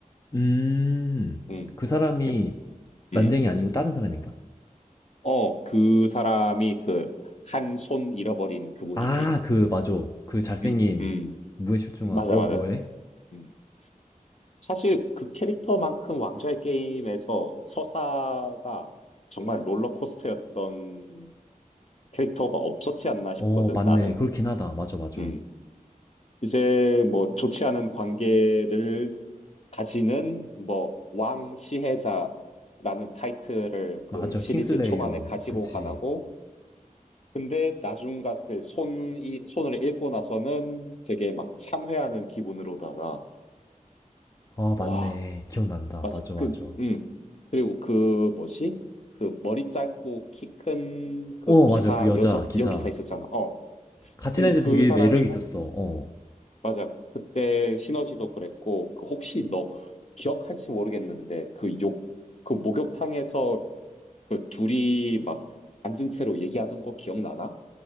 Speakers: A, on the left (about 25°); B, on the left (about 50°).
A: 음,
B: 음,
A: 그 사람이
B: 그,
A: 난쟁이
B: 음.
A: 아니고 다른 사람인가?
B: 어, 그 사람이 그 한 손 잃어버린 그분이지.
A: 아, 그, 맞아. 그 잘생긴
B: 음, 음,
A: 무에실중한,
B: 맞아,
A: 어,
B: 맞아.
A: 왜?
B: 음. 사실 그 캐릭터만큼 왕좌의 게임에서 서사가 정말 롤러코스터였던 캐릭터가 없었지 않나 싶거든,
A: 어, 맞네.
B: 나는.
A: 그렇긴 하다. 맞아, 맞아.
B: 음. 이제 뭐 좋지 않은 관계를 가지는 뭐 왕시혜자라는 타이틀을 그
A: 맞아.
B: 시리즈
A: 킹슬레이어.
B: 초반에 가지고
A: 그치.
B: 가다고 근데 나중 가, 그 손이, 손을 읽고 나서는 되게 막 참회하는 기분으로다가,
A: 아, 맞네.
B: 와,
A: 기억난다.
B: 맞아.
A: 맞아,
B: 그,
A: 맞아.
B: 음. 그리고 그 뭐지? 그 머리 짧고 키 큰 그
A: 어,
B: 기사,
A: 맞아. 그 여자
B: 여자,
A: 기사.
B: 여기사 있었잖아. 어.
A: 같이
B: 근데
A: 다니는데
B: 그
A: 되게
B: 사람이랑,
A: 매력이 있었어. 어.
B: 맞아. 그때 시너지도 그랬고, 그 혹시 너 기억할지 모르겠는데, 그 욕, 그 목욕탕에서 그 둘이 막 앉은 채로 얘기하던 거 기억나나?